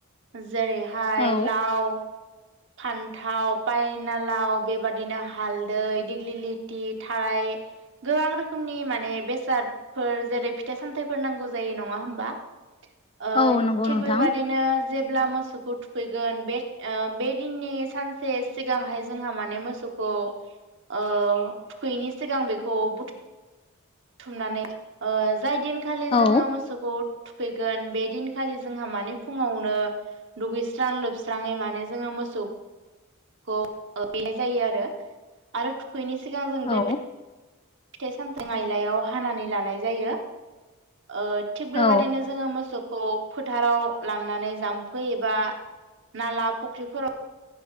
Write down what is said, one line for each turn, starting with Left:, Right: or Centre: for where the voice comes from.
Right: जेरैहाय
Left: औ
Right: लाव फान्थाव पायना लाव बेबादि बिरदिनो हालदै दिग्लि लिथि थाराय गोबां रोखोमनि माने बेसादफोर जेरै फिथाइ सामथाइफोर नांगौ जायो नङा होमबा ओ
Left: औ नंगौ
Right: थिग
Left: नोंथां
Right: बेबादिनो जेब्ला मोसौखौ थुखैगोन बे बे दिननि सानसे सिगांहाय जोंहा माने मोसौ खौ ओ थुखैयैनि सिगां बेखौ बुथुम थुमनानै ओ जाय दिनखालि
Left: औ
Right: जोङो मोसौखौ थुखैगोन बे दिनखालि जोंहा माने फुङावनो दुगैस्रां लोबस्राङै माने जोङो मोसौ खौ ओ बे जायो आरो आरो थुखैयैनि सिगां जों बेब
Left: औ
Right: फिथाइ सामथाइ आइलायाव हानानै लानाय जायो ओ थिग बेबाददिनो
Left: औ
Right: जोङो मोसौ खौ फोथाराव लांनानै जाम्फै एबा नाला फख्रिफोराव